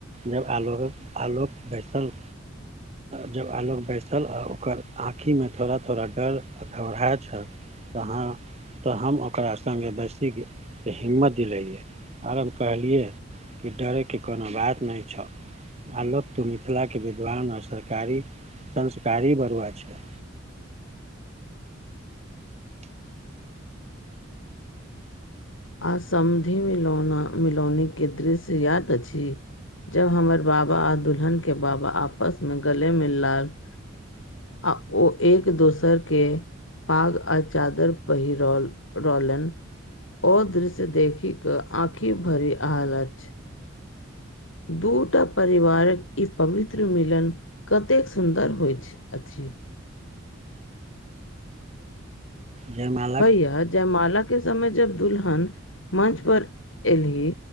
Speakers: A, on the right; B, on the left.
A: जब आलो- आलोक बैसल? जब आलोक बैसल आ ओकर आँखि मे थोड़ा- थोड़ा डर आ घबराए छै, कहाँ। तऽ हम ओकरा संगे बेैसी के हिम्मत दिलैैलियैये और हम कहलियै कि डरै के कोनो बात नै छ। आलोक त मिथिलाके विद्वान आ सरकारी संस्कारी बरुआ छै।
B: आ समधिश मिलौना मिलौनी के दृश्य याद अछि? जब हमर बाबा आ दुल्हन के बाबा आपस में गले मिलल आ ओ एक दोसर के पाग आ चादर पहिरौल रहलैन। ओ दृश्य देखिक आँखि भरी आयल अछि। दूटा परिवारक इ पवित्र मिलन कतेक सुन्दर होइत अछि।
A: जयमाल।
B: भैया जयमाला के समय जब दुल्हन मंच पर एली